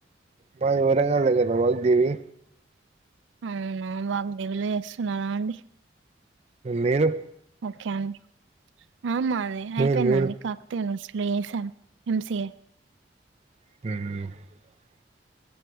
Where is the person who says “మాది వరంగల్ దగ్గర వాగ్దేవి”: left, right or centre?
Right